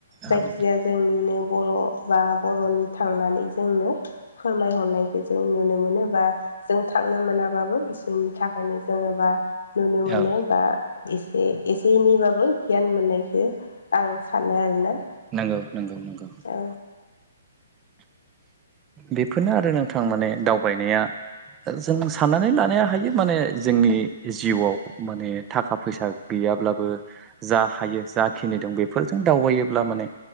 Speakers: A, on the left; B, on the right.
A: जायखिजाया
B: औ
A: जोंनिनो बर' बा बर'नि थांनानै जोंनो फोरमायहरनायखौ जों नुनो मोनो बा जों थांनो मोना बाबो बिसोरनि थाखायनो जोङो बा नुनो मोनो
B: औ
A: बा एसे एसे एनैबाबो गियान मोननायखो आं सानो आरोना।
B: नोंगौ नोंगौ नोंगौ।
A: औ
B: बेफोरनो आरो नोंथां माने दावबायनाया जों सानना नानै लानाया हायो माने जोंनि जिउआव माने थाखा फैसा गैयाब्लाबो जा हायो जाखिनि दं बेफोरजों दावबायोब्ला माने